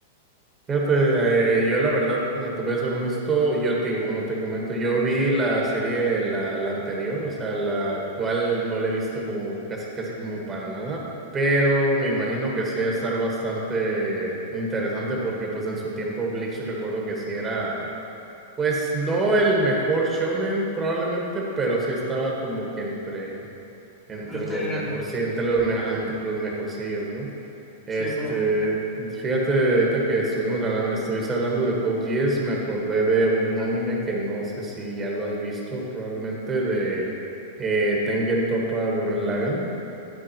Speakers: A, on the right (about 25°); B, in the centre.
A: Fíjate, eh, yo la verdad, eh, te voy a ser honesto, yo te digo, como te comento, yo vi la serie, la, la anterior, o sea, la actual no la he visto como casi, casi como para nada, pero me imagino que sí va a estar bastante interesante porque pues en su tiempo Bleach recuerdo que sí era, pues no el mejor shonen probablemente, pero sí estaba como que entre, entre
B: en los series
A: los
B: grandes.
A: mejor, sí, entre los, me- ajá, entre los mejorcillos, ¿no? Este,
B: Sí, es verdad.
A: fíjate, ahorita que estuvimos hablando, estuviste hablando de Code Geass, me acordé de un anime que no sé si ya lo has visto, probablemente de eh, Tengen Toppa Gurren Lagann,